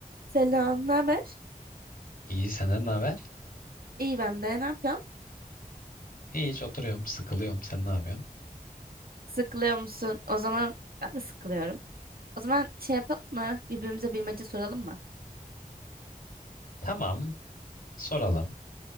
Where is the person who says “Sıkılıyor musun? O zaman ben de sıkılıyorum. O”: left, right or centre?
Right